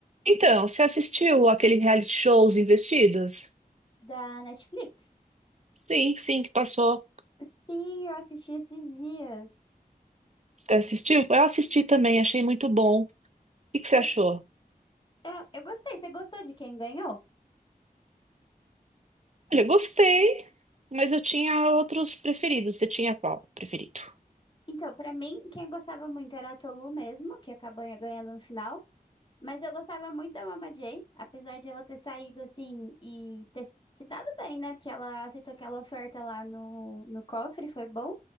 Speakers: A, on the right; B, on the left.
A: Então, você assistiu aquele reality show Os Investidos?
B: da Netflix.
A: Sim, sim, que passou.
B: Sim, eu assisti esses dias.
A: Você assistiu? Eu assisti também, achei muito bom. O que que você
B: Cê-
A: achou?
B: Eu, eu gostei. Você gostou de quem ganhou?
A: Olha, gostei, mas eu tinha outros preferidos. Você tinha qual preferido?
B: Então, pra mim, quem eu gostava muito era a Tolu mesmo, que acabou ganhando no final. Mas eu gostava muito da Mama Jay, apesar de ela ter saído assim e ter se dado bem, né? Porque ela aceitou aquela oferta lá no, no cofre, foi bom.